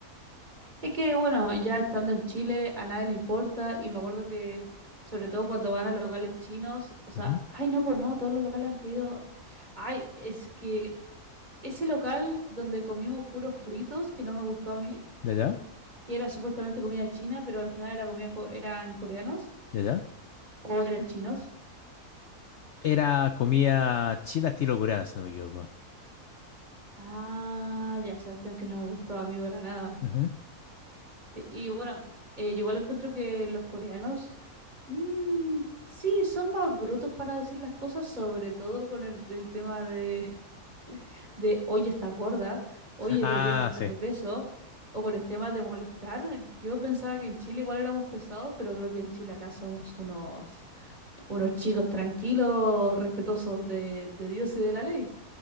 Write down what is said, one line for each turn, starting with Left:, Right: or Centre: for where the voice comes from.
Right: es que, bueno, ya estando en Chile a nadie le importa y me acuerdo que, sobre todo cuando van a locales chinos, o sea,
Left: Ujú.
Right: ay, no, pues no, todos los locales han caído. Ay, es que... Ese local donde comimos puros fritos, que no me gustó a mí,
Left: ¿Ya, ya?
Right: que era supuestamente comida china, pero al final era comida co- eran coreanos
Left: ¿Ya, ya?
Right: o eran chinos.
Left: Era comida china estilo coreana, si no me equivoco.
Right: Ah, ya, esa cuestión que no me gustó a mí para nada.
Left: Ujú.
Right: Sí, y bueno, eh, yo igual encuentro que los coreanos Mm, sí, son más brutos para decir las cosas, sobre todo con el, el tema de, <laughs> de, oye, estás gorda, oye,
Left: Ah,
Right: deberías bajar
Left: sí.
Right: de peso, o con el tema de molestar. Yo pensaba que en Chile igual éramos pesados, pero veo que en Chile acá somos unos, unos chicos tranquilos, respetuosos de, de Dios y de la ley.